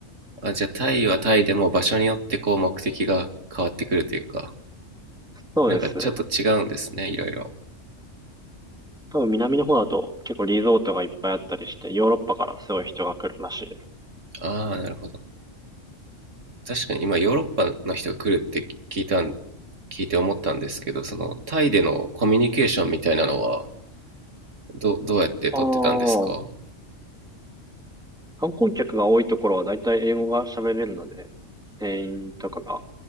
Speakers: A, on the right; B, in the centre.
A: あ、じゃあタイはタイでも場所によってこう目的が変わってくるというか。
B: そうですね。
A: なんかちょっと違うんですね、いろいろ。
B: 多分、南の方だと結構リゾートがいっぱいあったりして、ヨーロッパからすごい人が来るらしいです。
A: ああ、なるほど。確かに今ヨーロッパの人が来るって聞いたん、聞いて思ったんですけど、そのタイでのコミュニケーションみたいなのはど、どうやって取ってたんですか
B: ああ、観光客が多いところは大体英語が喋れるので、店員とかが。